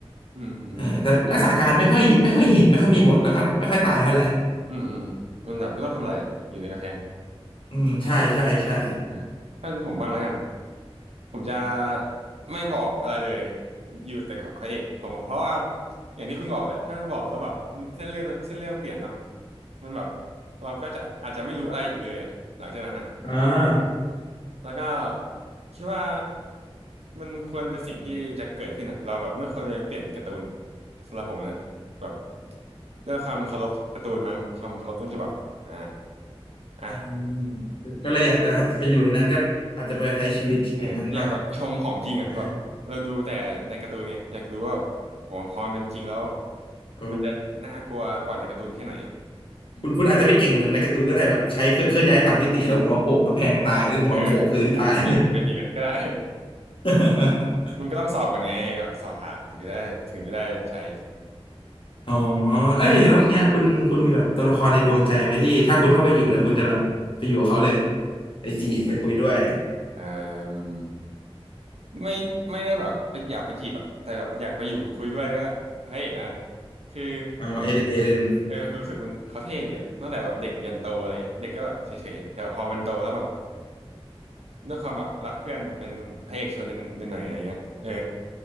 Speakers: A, on the right; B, on the left.
A: อืมอืม
B: เออแต่รักษาการไม่ค่อยไม่ค่อยเห็นไม่ค่อยมีบทแล้วก็ไม่ค่อยตายเท่าไหร่
A: อืมอืมมันแบบไม่ต้องทำอะไรอ่ะอยู่ในกระแพง
B: อืมใช่ใช่ใช่
A: อ่าท่านผมบ้างแล้วกันผมจะไม่บอกอะไรเลยอยู่แต่กับพระเอกผมเพราะว่าอย่างที่คุณบอกแหละถ้ามันบอกแล้วแบบเส้นเรื่องเส้นเรื่องเปลี่ยนเนาะมันแบบเราก็จะอาจจะไม่รู้อะไรอีกเลยอ่ะหลังจากนั้นอ่ะถ้าเรา
B: อ่า
A: แล้วก็คิดว่ามันควรเป็นสิ่งที่จะเกิดขึ้นอ่ะเราแบบไม่ควรไปเปลี่ยนการ์ตูนสำหรับผมนะแบบด้วยความเคารพการ์ตูนมั้งความเคารพต้นฉบับอ่าอ่ะ
B: อืมก็เลยอยากจะไปอยู่ในนั้นก็อาจจะไปใช้ชีวิตอย่างนั้นเนาะ
A: เอออยากแบบชมของจริงอ่ะแบบเราดูแต่ในการ์ตูนเนี่ยอยากรู้ว่าแบบโหพอมันเป็นจริงแล้ว
B: เออโอ้
A: มันจะน่ากลัวกว่าในการ์ตูนแค่ไหน
B: คุณคุณอาจจะไม่เก่งในการ์ตูนก็ได้แบบใช้เครื่องเคลื่อนย้ายสามมิติแล้วหัวโขกกำแพงตายหรือหัวโขกพื้นตาย
A: เอออาจจะเป็นอย่างนั้นก็ได้
B: <laughs>
A: มันก็ต้องสอบกันไงแบบสอบผ่านถึงจะได้ถึงจะได้ใช้
B: อ๋อเอ้ยแล้วอย่างเงี้ยคุณคุณมีแบบตัวละครในดวงใจไหมที่ถ้าคุณเข้าไปอยู่นะคุณจะแบบไปอยู่กับเขาเลยไปจีบไปคุยด้วย
A: เอ่อไม่ไม่ได้แบบไปอยากไปจีบอะแต่แบบอยากไปอยู่คุยด้วยก็พระเอกแล้วกันคือ
B: อ๋อเอเลเอเลน
A: เออรู้สึกมันเขาเท่ดีอะตั้งแต่แบบเด็กยันโตอะไรเงี้ยเด็กก็แบบเฉยๆแต่พอมันโตแล้วแบบ ด้วยความแบบรักเพื่อนเป็นพระเอกชวนหน่อยๆอะไรเงี้ยเออ